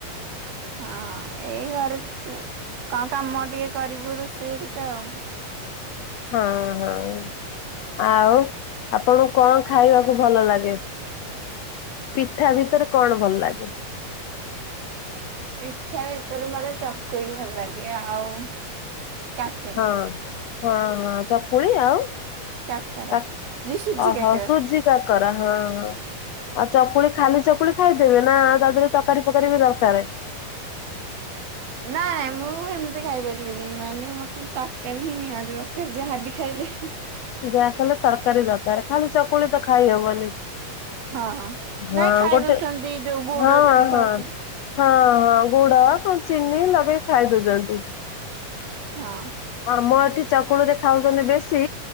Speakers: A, on the right; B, on the left.
A: ହଁ ଏଇ ଘରେ କଣ କାମ ଟିକେ କରିବୁ ରୋଷେଇଥା ଆଉ
B: ହଁ ହଁ। ଆଉ ଆପଣଙ୍କୁ କଣ ଖାଇବାକୁ ଭଲ ଲାଗେ? ପିଠା ଭିତରେ କଣ ଭଲ ଲାଗେ?
A: ପିଠା ଭିତରେ ମୋତେ ଚକୁଳି ଭଲ ଲାଗେ ଆଉ। କାକେରା
B: ହଁ ହଁ ହଁ ଚକୁଳି ଆଉ।
A: କାକରା
B: କା
A: ଯେ ସୁଜି
B: ଓହୋ
A: କାକରା
B: <unintelligible> ଆଉ ଚକୁଳି ଖାଲି ଚକୁଳି ଖାଇଦେବେ ନା ତା ଦେହରେ ତରକାରୀ ଫକକାରୀ ବି ଦରକାର
A: ନାଇଁ ମୁଁ ଏମିତି ଖାଇପାରିବିନି ମାନେ ମତେ ତରକାରୀ ହିଁ ନିହାତି ଦରକାର ଯାହାବି ଖାଇଲେ
B: ଯାହା ଖଲେ ତରକାରୀ ଦରକାର ଖାଲି ଚକୁଳି ତ ଖାଇହବନି
A: ହଁ
B: ହଁ
A: ନାଇଁ ଖାଇ
B: ଗୋଟେ
A: ଦଉଛନ୍ତି ଯୋଉ ଗୁଡରେ
B: ହଁ
A: ବି ଖାଉଛନ୍ତି
B: ହଁ। ହଁ ହଁ ଗୁଡ କଣ ଚିନି ଲଗେଇ ଖାଇ ଦଉଛନ୍ତି।
A: ହଁ
B: ଆମ ଏଠି ଚକୁଳ ରେ ଖାଉଛନ୍ତି ବେଶୀ